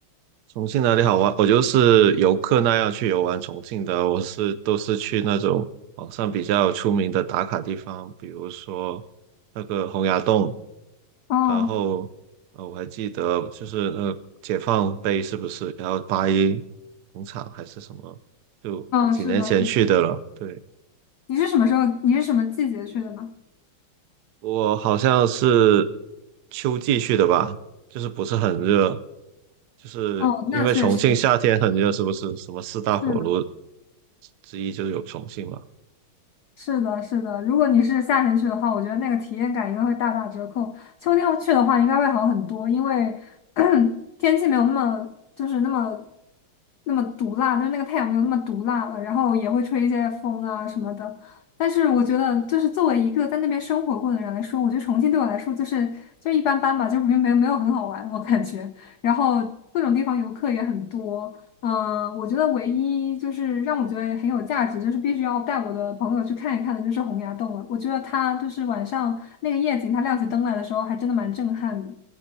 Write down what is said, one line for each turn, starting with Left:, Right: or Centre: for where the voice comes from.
Right: 重庆哪里好玩？我就是游客那样去游玩重庆的，我是都是去那种网上比较出名的打卡地方，比如说那个洪崖洞，
Left: 哦，
Right: 然后呃我还记得就是那个解放碑是不是？然后八一农场还是什么？就几年前去的了，
Left: 那是的，是的。
Right: 对，
Left: 你是什么时候？你是什么季节去的呢？
Right: 我好像是秋季去的吧，就是不是很热，就是因为重庆夏天很热，
Left: 哦，那确实
Right: 是不是？什么四大火炉
Left: 是的。
Right: 之一就是有重庆嘛。
Left: 是的，是的。如果你是夏天去的话，我觉得那个体验感应该会大打折扣。秋天去的话，应该会好很多，因为 <clears throat> 天气没有那么就是那么那么毒辣，就是那个太阳没有那么毒辣了，然后也会吹一些风啊什么的。但是我觉得，就是作为一个在那边生活过的人来说，我觉得重庆对我来说就是就一般般吧，就没有没有没有很好玩，我感觉。然后各种地方游客也很多，嗯，我觉得唯一就是让我觉得很有价值，就是必须要带我的朋友去看一看的，就是洪崖洞了。我觉得它就是晚上那个夜景，它亮起灯来的时候，还真的蛮震撼的。